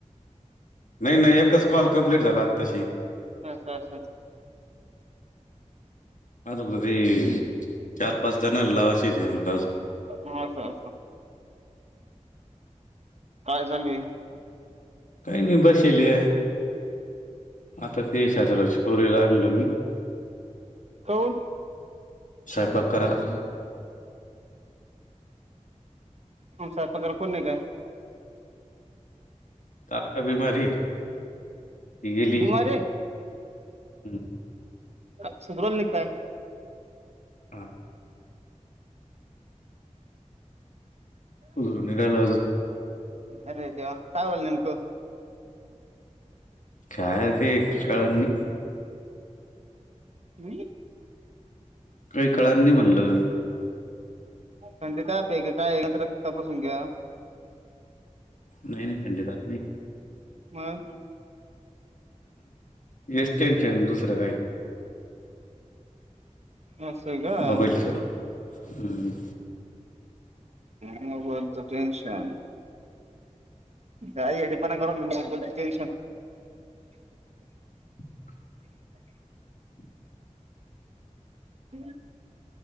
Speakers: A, on the left (about 85°); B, on the right (about 60°).
A: नाही नाही एकच कॉल कम्प्लीट झाला तशी
B: अचछा
A: अज कदी चार पाच जना लावाश येतम अज
B: ह काय चालू आहे
A: काही नाही बसल आहे आता ते शास्रची पोरीला आणलो मी
B: काऊन
A: सहेपा कराला
B: म साहे पगला कोण नाही काय
A: ताका बीमारी ही गेली
B: बिमार
A: हम्
B: सगरल न काय
A: हा हो नरालाज
B: अरे देव्हा काय बला नेमकं
A: कायय काकाळनी
B: हम्
A: काही काळांनी म्हणलं
B: थंडी त आप आहे का काय आहे तर रक् तपासून घ्या
A: नाही नाही संडेदात नाही
B: मग
A: येच टेनशन दुसरं काही
B: असं आहे का?
A: मबलच्या हम
B: हम्त टनशन गाई येडीपणा कर निल दिशन
A: <inaudible>
B: <inaudible>